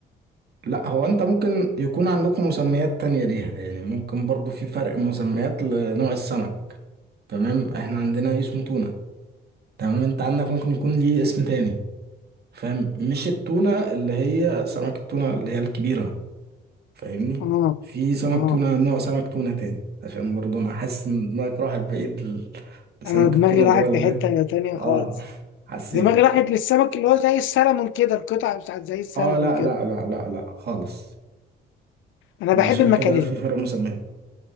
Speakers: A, on the right; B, on the left.
A: لا هو انت ممكن يكون عندكم مسميات تانية ليها يعني ممكن برضو في فرق مسميات لنوع السمك تمام احنا عندنا اسمه تونة تمام انت عندك ممكن يكون ليه اسم تاني فاهم مش التونة اللي هي سمك التونة اللي هي الكبيرة فاهمني
B: اه
A: في سمك
B: اه
A: تونة نوع سمك تونة تاني عشان برضه انا حاسس ان دماغك راحت بعيد ل- لسمك
B: انا دماغي
A: التونة
B: راحت
A: اللي هو اللي
B: في حتة تانية
A: اه
B: خالص
A: حسيت
B: دماغي راحت للسمك اللي هو زي السلمون كده القطعة بتاعت زي السلمون
A: اه لا
B: كده
A: لا لا لا لا خالص
B: انا
A: ما
B: بحب
A: عشان
B: المكاريلي
A: كده في فرق مسميات